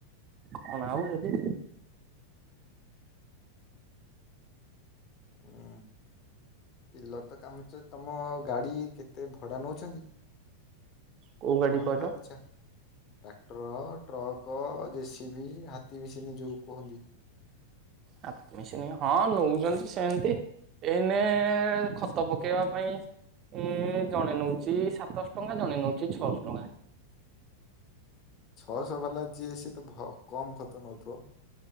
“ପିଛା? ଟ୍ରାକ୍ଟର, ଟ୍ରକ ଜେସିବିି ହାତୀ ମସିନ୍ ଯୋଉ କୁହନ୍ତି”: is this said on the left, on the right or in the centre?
Left